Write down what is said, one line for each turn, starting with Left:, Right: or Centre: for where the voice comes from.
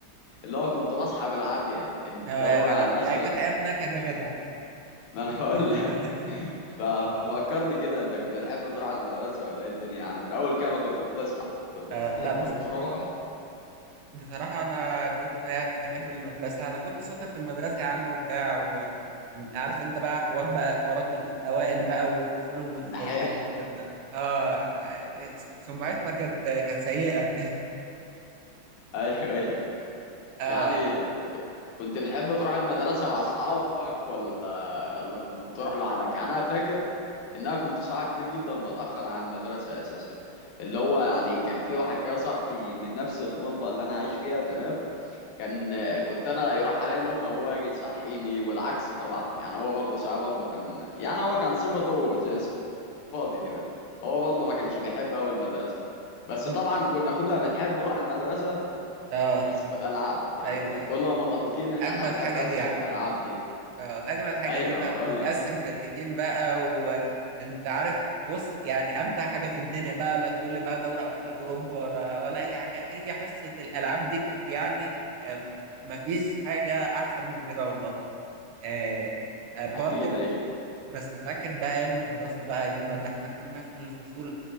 Left: اللي هو كنت بصحى بالعافية اللي
Right: اه
Left: هو
Right: يا جدع
Left: يعني مثلا
Right: آه، كانت ايام نكد
Left: <laughs>
Right: يا جدع
Left: ما انا هقول لك
Right: <laughs>
Left: <laughs> ففكرني
Right: آه.
Left: كده انت كنت بتحب تروح المدرسة ولا ايه الدنيا يعني من اول كام كنت بتصحى كنت
Right: آه،
Left: بتحب
Right: لا بس
Left: تروح
Right: بصراحة أنا كنت يعني بحب المدرسة أنا كنت شاطر في المدرسة يا عم وبتاع وعارف أنت بقى حوار بقى حوارات الأوائل بقى وفصول المتفوقين
Left: دحيح
Right: والكلام ده آه آه، سمعتنا كانت كانت سيئة
Left: ايوه ايوه
Right: <laughs> آه
Left: يعني ك- كنت بتحب تروح المدرسة مع اصحابك ولا ولا كنت بتروح لوحدك يعني انا فاكر ان انا كنت ساعة كتير جدا بتأخر عن المدرسة اساسا اللي هو يعني كان في واحد كده صاحبي من نفس المنطقة اللي انا عايش فيها تمام كان كنت انا يروح عليا نومه هو يجي يصحيني والعكس طبعا يعني هو برضه ساعه برضه كان يعني هو كان صفته زي صفاتي كده هو برضه ما كانش بيحب أوي المدرسه بس
Right: طب
Left: طبعا كنا كلنا بنحب نروح المدرسه
Right: آه
Left: في حصه الالعاب يعني
Right: أيوه أيوه
Left: كلنا متفقين
Right: أجمد
Left: ان احنا بنحب
Right: حاجة
Left: حصه
Right: دي يا عم
Left: الالعاب دي
Right: اه اجمل حاجه
Left: ايوه
Right: دي بقى
Left: ما بقول
Right: ونقسم
Left: لك
Right: فرقتين بقى وانت عارف بص يعني امتع حاجه في الدنيا بقى لا تقول لي بقى دوري ابطال اوروبا ولا ولا اي حاجه هي حصه الالعاب دي كانت يعني آم، مفيش حاجه احسن من كده والله آم، آه، برضو
Left: اكيد ايوه
Right: بس فاكر بقى ايام الدراسه بقى يا جدع ده احنا كنا في الفصول